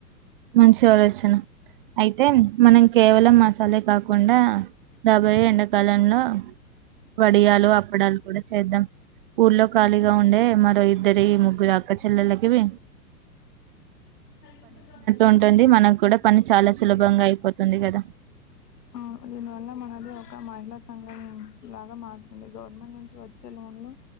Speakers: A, on the right (about 30°); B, on the left (about 70°).
A: మంచి ఆలోచన అయితే మనం కేవలం మసాలే కాకుండా. రాబోయే ఎండకాలంలో వడియాలు అప్పడాలు కూడా చేద్దాం. ఊర్లో ఖాళీగా ఉండే మరో ఇద్దరి ఈ ముగ్గురు అక్కచెల్లలకివి.
B: టైమ్గు దోస.
A: ఉంటుంది మనకు కూడా పని చాలా సులభంగా అయిపోతుంది గదా.
B: ఆహ్ దీనివల్ల మనది ఒక మహిళా సంఘం. ఎలాగో మారుతుంది గవర్నమెంట్ నుంచి వచ్చే లోన్లు.